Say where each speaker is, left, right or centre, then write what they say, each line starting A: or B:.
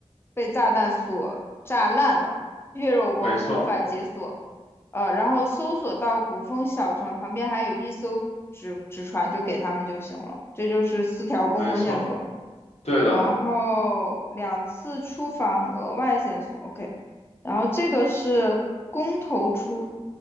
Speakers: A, on the left (about 20°); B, on the left (about 75°).
A: 被炸弹所炸烂了，血肉模糊，
B: 没错，
A: 无法解锁。呃，然后搜索到古风小船旁边还有一艘纸纸船，就给他们就行了。这就是四条公共线索，
B: 没错，对的，
A: 然后两次出访额外线索，OK。然后这个是公投出